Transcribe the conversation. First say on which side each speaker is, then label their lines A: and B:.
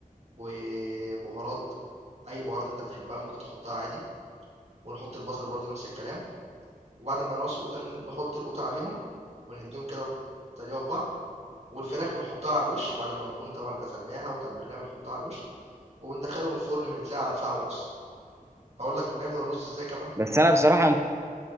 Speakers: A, on the right; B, on the right.
A: وبهارات اي بهارات انت بتحبها ممكن تحطها عادي ونحط البصل برضو نفس الكلام وبعد ما نقص القوطه ن- نحط القوطه عليهم ونديهم كده تقليبه في بعض والفراخ بنحطها على الوش بعد ما نكون طبعا غسلناها وتبلناها بنحطها على الوش وبندخلهم الفرن من ساعه لساعه ونص هقول لك بنعمل الرز ازاي كمان
B: بس انا بصراحه